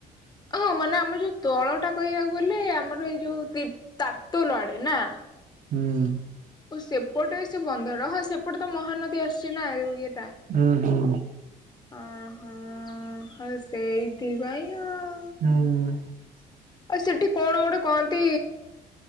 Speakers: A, on the left (about 25°); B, on the right (about 50°).
A: ଓଃ ମାନେ ଆମେ ଯୋଉ ତଳ ଟା କହିବାକୁ ଗଲେ ଆମର ଏଇ ଯୋଉ ବିତ ତାରତୁଲ ଆଡେ ନା?
B: ହୁଁ।
A: ଓ ସେପଟେ ସେ ବନ୍ଧର ହଁ ସେପଟେ ତ ମହାନଦୀ ଆସିଛି ନା ଏ ଉ ୟେ
B: ହୁଁ ହୁଁ।
A: ଅଁ ହଁ ହେ ସେଇଥି ପାଇଁ ଆଉ
B: ହଁ।
A: ଆଉ ସେଠି କଣ ଗୋଟେ କହନ୍ତି